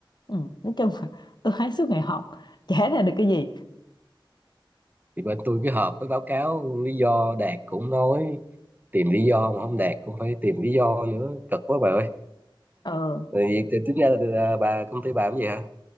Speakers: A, on the left; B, on the right.
A: ừ nói chung là <laughs> tôi thấy suốt ngày họp chả ra được cái gì
B: thì bên tôi cứ họp với báo cáo lý do đạt cũng nói tìm lý do mà không đạt cũng phải tìm lý do nữa cực quá bà ơi
A: ừ
B: rồi vì thì tính ra là, là bà công ty bà làm gì hả